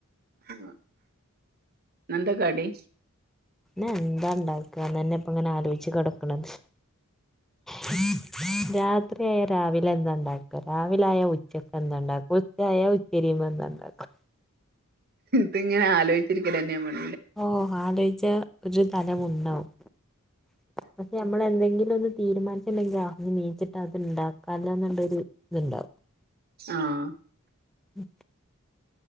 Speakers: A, on the right; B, in the centre.
A: ആ ഇന്നെന്ത കടി
B: എന്താ ഉണ്ടാക്കുകന്നെ ഇപ്പ ഇങ്ങനെ ആലോചിച്ച് കിടക്കണത് രാ രാത്രിയായ രാവിലെ എന്താണ്ടാക്ക രാവിലായ ഉച്ചക്ക് എന്താ ഉണ്ടാക്ക ഉച്ചയായ ഉച്ചരിയുമ്പോ എന് ഉണ്ടാക്ക
A: ഇത് ഇങ്ങനെ ആലോചിച്ചിരിക്ക തന്നെ നമ്മള്
B: ഓ ആലോചിച്ച ഒരു തലപുണ്ണവും പക്ഷെ നമ്മള എന്തെങ്കിലും ഒന്ന് തീരുമാനിച്ചിട്ടുണ്ടെങ്കിൽ അ നീച്ചിട്ട് അത്ണ്ടാക്കില്ല എന്നുള്ളരു ഇതുണ്ടാവും
A: ആഹ
B: അ